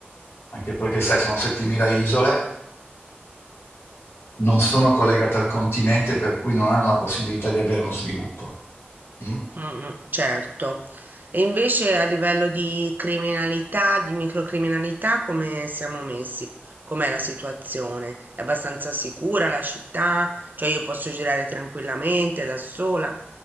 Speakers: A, on the left; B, on the right.
A: anche perché, sai, sono 7.000 isole, non sono collegate al continente, per cui non hanno la possibilità di avere uno sviluppo. mm?
B: Mm, mm, certo. E invece a livello di criminalità, di microcriminalità, come siamo messi? Com'è la situazione? È abbastanza sicura la città? Cioè io posso girare tranquillamente da sola?